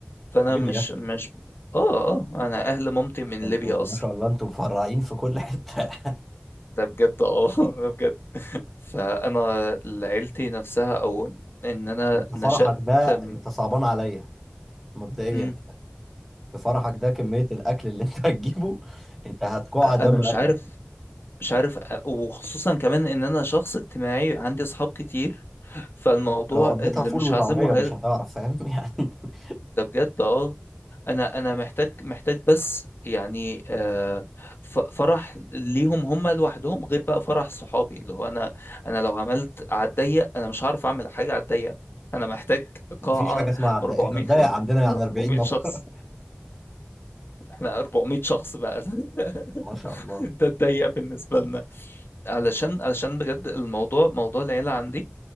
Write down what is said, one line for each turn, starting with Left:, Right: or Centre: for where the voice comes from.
Left: فانا
Centre: ليبيا
Left: مش مش اه اه انا اهل مامتي من
Centre: ده انتوا
Left: ليبيا اصلا
Centre: ما شاء الله انتوا مفرعين في كل حتة <laughs>
Left: ده بجد اه <laughs> ده بجد فانا عيلتي نفسها او ان انا
Centre: انت
Left: نشأت
Centre: فرحك ده
Left: م-
Centre: انت صعبان عليا مبدئيا
Left: مم.
Centre: في فرحك ده كمية الأكل اللي <laughs> انت هتجيبه انت هتقع دم
Left: انا مش
Centre: <laughs> قلبك
Left: عارف مش عارف أ- وخصوصا كمان ان انا شخص اجتماعي عندي اصحاب كتير فالموضوع
Centre: لو قضيتها
Left: اللي
Centre: فول
Left: مش
Centre: وطعمية
Left: هعزمه
Centre: مش هتعرف فاهم يعني <laughs>
Left: ده بجد اه انا انا محتاج محتاج بس يعني آه، ف- فرح ليهم هم لوحدهم غير بقى فرح صحابي اللي هو انا انا لو عملت على الضيق انا مش هعرف اعمل حاجه على الضيق انا محتاج
Centre: مفيش
Left: قاعه
Centre: حاجة اسمها عبد
Left: 400
Centre: احنا الضيق عندنا
Left: 400
Centre: يعني 40 نفر
Left: <laughs> شخص احنا 400 شخص بقى
Centre: <laughs> ما شاء
Left: <laughs>
Centre: الله
Left: ده الضيق بالنسبه لنا علشان علشان بجد الموضوع موضوع العيله عندي